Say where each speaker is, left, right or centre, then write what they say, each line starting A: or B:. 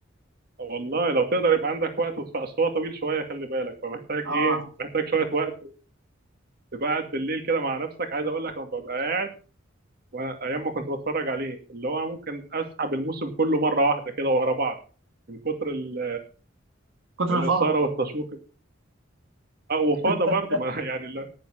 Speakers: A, on the right; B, on the right.
A: والله لو تقدر يبقى عندك وقت بس أصل هو طويل شويه خلي بالك فمحتاج
B: اه
A: ايه محتاج شويه وقت تبقى قاعد بالليل كده مع نفسك عايز اقول لك انا ببقى قاعد وانا ايام ما كنت بتفرج عليه اللي هو ممكن اسحب الموسم كله مره واحده كده ورا بعض من كتر ال
B: كتر
A: الاثاره
B: الفضل
A: والتشويق آه، وفاضه
B: <laughs>
A: برضو ما <laughs> يعني لا